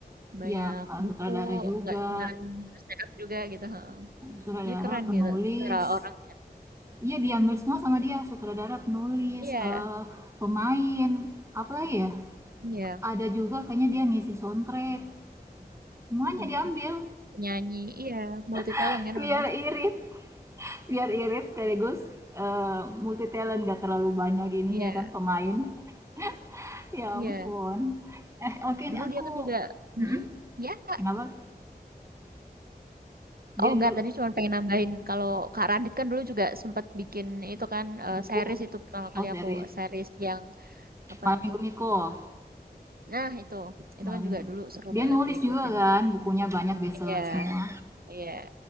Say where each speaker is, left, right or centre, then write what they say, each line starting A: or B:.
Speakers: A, on the right; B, on the right.
A: banyak
B: iya eh,
A: buku,
B: sutradara juga.
A: nggak cuma stand up juga gitu. heeh.
B: Sutradara,
A: Jadi keren
B: penulis.
A: gitu secara orang.
B: Iya diambil semua sama dia, sutradara, penulis,
A: Iya,
B: eh, pemain, apa lagi ya?
A: iya.
B: Ada juga kayaknya dia ngisi soundtrack. Semuanya
A: Mm-mm.
B: diambil
A: nyanyi iya, multi
B: <laughs>
A: talent kan orangnya.
B: biar irit. biar irit sekaligus eh, multi talent gak terlalu banyak ininya
A: Iya,
B: kan pemain <laughs> ya
A: iya.
B: ampun eh oke ini
A: Dulu
B: aku
A: dia kan juga
B: Mm-mm.
A: mhm, ya, Kak.
B: kenapa dia
A: Oh,
B: dulu
A: enggak, tadi cuma pengen nambahin kalau Kak Radit kan dulu juga sempat bikin itu kan, eee,
B: buku
A: series itu pertama kali
B: oh series
A: aku, eh, series yang apa
B: malam
A: itu
B: minggu Miko
A: nah itu, itu
B: malam
A: kan juga
B: minggu
A: dulu seru
B: dia
A: banget
B: nulis
A: diikutin.
B: juga kan bukunya banyak bestseller
A: Iya,
B: semua
A: iya,